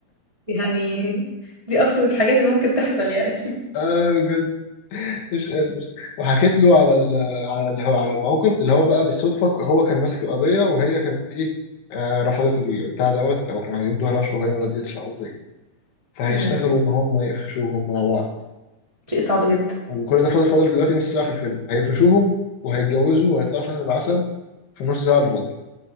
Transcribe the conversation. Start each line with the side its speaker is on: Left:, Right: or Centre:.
Right: يعني <laughs> دي أبسط الحاجات اللي ممكن تحصل يعني
Left: اه بجد مش قادر وحكيت له على ال على ال على الموقف اللي هو بقى بالصدفه هو كان ماسك القضيه وهي كانت ايه آه رفضت البتاع دوت او كانوا عايزين يدوها رشوه وهي ما رضيتش او حاجة زي كده فهيشتغلوا
Right: امم
Left: ان هم يقفشوهم مع بعض
Right: شيء صعب جدا
Left: وكل ده فاضل فاضل دلوقتي نص ساعه في الفيلم هيقفشوهم وهيتجوزوا وهيطلعوا شهر العسل في النص ساعه اللي فاضله